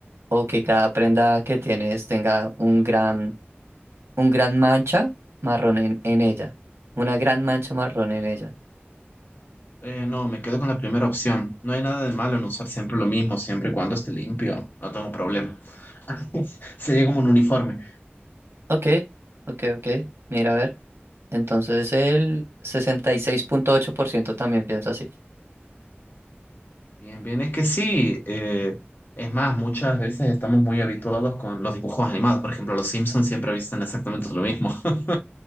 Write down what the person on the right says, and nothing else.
o que cada prenda que tienes tenga un gran, un gran mancha marrón en, en ella. Una gran mancha marrón en ella.
Ok, ok, ok. Mira, a ver. Entonces el sesenta y seis punto ocho por ciento también piensa así.